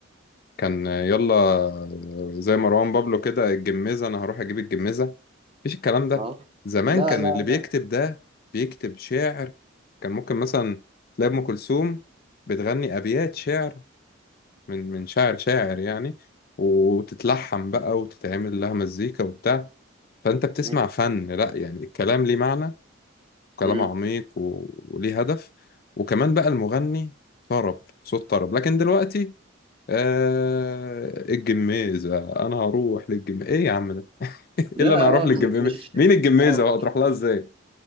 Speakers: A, on the left; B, on the right.
A: كان يلا زي مروان بابلو كده الجميزة أنا هروح أجيب الجميزة مفيش الكلام ده
B: اه
A: زمان
B: لا
A: كان
B: لا
A: اللي بيكتب
B: لا
A: ده بيكتب شعر كان ممكن مثلا تلاقي أم كلثوم بتغني أبيات شعر من من شاعر شاعر يعني وتتلحن بقى وتتعمل لها مزيكا وبتاع فأنت بتسمع
B: مم.
A: فن لأ يعني الكلام ليه معنى وكلام
B: مم.
A: عميق و- وليه هدف وكمان بقى المغني طرب صوت طرب لكن دلوقتي آه الجميزة أنا هروح للجميزة إيه يا عم ده؟ إيه
B: لا
A: اللي أنا هروح
B: اه
A: للجميزة
B: م- مش
A: مين الجميزة
B: اه
A: بقى تروح لها إزاي